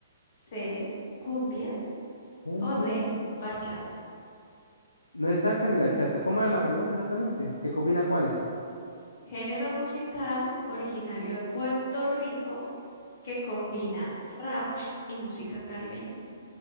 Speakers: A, on the left; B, on the left.
A: C, cumbia
B: cumbia.
A: o D, bachata.
B: No es salsa ni bachata. ¿Cómo era la pregunta exactamente? ¿Qué combina cuáles?
A: Género musical originario de Puerto Rico que combina rap y música caribeña.